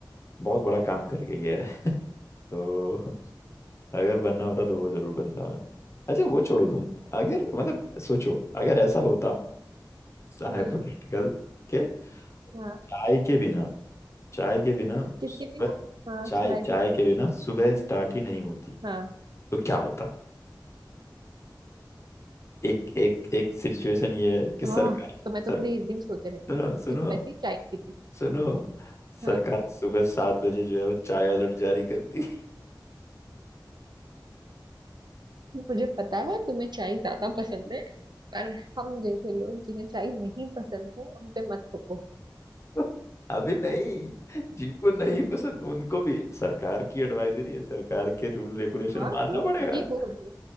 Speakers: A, on the left; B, on the right.
A: बहुत बड़ा काम करके गया है <laughs> तो अगर बनना होता तो वो जरूर बनता मैं अच्छा वो छोड़ो तुम अगर मतलब सोचो अगर ऐसा होता
B: हम्म
A: हाइपोथेटिकल के
B: हाँ
A: चाय के बिना चाय के बिना
B: किसके
A: सुबह
B: बिना हाँ
A: चाय
B: चाय के
A: चाय के बिना सुबह स्टार्ट
B: बिना
A: ही नहीं होती
B: हाँ
A: तो क्या होता एक एक एक सिचुएशन ये है कि
B: हाँ
A: सरकार
B: तो मैं तो
A: सर
B: पूरी इस दिन सोते रहती
A: सुनो
B: थी, क्योंकि
A: सुनो
B: वैसे ही चाय नहीं पीती
A: सुनो
B: हाँ
A: सरकार सुबह सात बजे जो है वो चाय अलर्ट जारी करती है
B: मुझे पता है तुम्हें चाय ज्यादा पसंद है पर हम जैसे लोग जिन्हें चाय नहीं पसंद है उन पे मत थोपो
A: <laughs> अभी नहीं जिनको नहीं पसंद उनको भी सरकार की एडवाइजरी है सरकार के रूल रेगुलेशन
B: हाँ
A: मानना
B: तो
A: पड़ेगा
B: वही बोल रही हूँ